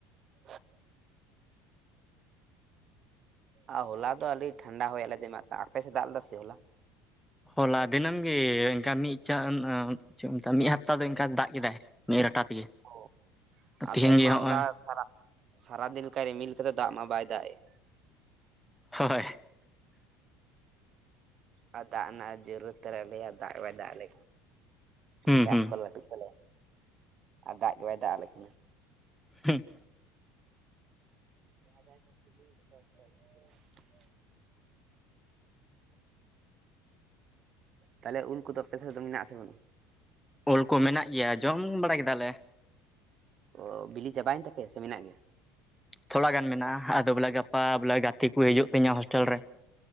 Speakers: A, on the right; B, in the centre.
A: <inaudible> ᱟᱨ ᱦᱚᱞᱟ ᱫᱚ ᱟᱞᱮ ᱴᱷᱟᱱᱰᱟ ᱦᱚᱭᱟ ᱟᱞᱮ ᱮᱢᱟᱜ ᱠᱟᱱ ᱟᱯᱮᱥᱮᱜ ᱫᱟᱜ ᱞᱮᱫᱟ ᱥᱮ ᱦᱚᱞᱟ
B: ᱦᱚᱞᱟ ᱫᱤᱱᱟᱹᱢ ᱜᱮ ᱤᱱᱠᱟ ᱢᱤᱫ ᱪᱮᱫ <unintelligible> ᱢᱤᱫ ᱦᱟᱯᱛᱟ ᱫᱚ ᱚᱱᱠᱟ ᱫᱟᱜ ᱠᱮᱫᱟᱭ ᱢᱤᱫ ᱨᱟᱴᱟ ᱛᱮᱜᱮ
A: ᱚ ᱟᱞᱮ
B: ᱛᱮᱦᱮᱧ ᱜᱮ
A: ᱢᱟ
B: ᱦᱚᱜᱼᱚᱭ
A: ᱦᱚᱞᱟ <unintelligible> ᱥᱟᱨᱟᱫᱤᱱ ᱞᱮᱠᱟ ᱨᱤᱢᱤᱞ ᱠᱟᱫᱟ ᱫᱟᱜ ᱢᱟ ᱵᱟᱭ ᱫᱟᱜ ᱮᱜ
B: ᱦᱳᱭ
A: ᱟᱨ ᱫᱟᱜ ᱨᱮᱱᱟᱜ ᱡᱚᱨᱩᱨᱟᱛ ᱛᱟᱞᱮᱭᱟ ᱫᱟᱜ ᱵᱟᱭ ᱫᱟᱜ ᱟᱞᱮ
B: ᱦᱩᱸ
A: ᱢᱮᱱᱠᱷᱟᱱ
B: ᱦᱩᱸ
A: ᱟᱠᱚᱨ ᱞᱟᱹᱴᱩᱜ ᱛᱟᱞᱮᱭᱟ ᱟᱨ ᱫᱟᱜ ᱜᱮ ᱵᱟᱭ ᱫᱟᱜ ᱟᱞᱮ ᱠᱟᱱᱟ
B: ᱦᱩᱸ
A: <inaudible> ᱛᱟᱦᱚᱞᱮ ᱩᱞ ᱠᱚᱫᱚ ᱟᱯᱮ ᱥᱮᱫ ᱫᱚ ᱢᱮᱱᱟᱜ ᱟᱥᱮ ᱵᱟᱹᱱᱩᱜᱼᱟ
B: ᱩᱞ ᱠᱚ ᱢᱮᱱᱟᱜ ᱜᱮᱭᱟ ᱡᱚᱢ ᱵᱟᱲᱟ ᱠᱮᱫᱟᱞᱮ
A: ᱚ ᱵᱤᱞᱤ ᱪᱟᱵᱟᱭᱮᱱ ᱛᱟᱯᱮᱭᱟ ᱥᱮ ᱢᱮᱱᱟᱜ ᱜᱮᱭᱟ
B: ᱛᱷᱚᱲᱟ ᱜᱟᱱ ᱢᱮᱱᱟᱜᱼᱟ ᱟᱫᱚ ᱵᱚᱞᱮ ᱜᱟᱯᱟ ᱵᱚᱞᱮ ᱜᱟᱛᱮ ᱠᱚ ᱦᱤᱡᱩᱜ ᱛᱤᱧᱟᱹ ᱦᱳᱥᱴᱮᱞ ᱨᱮ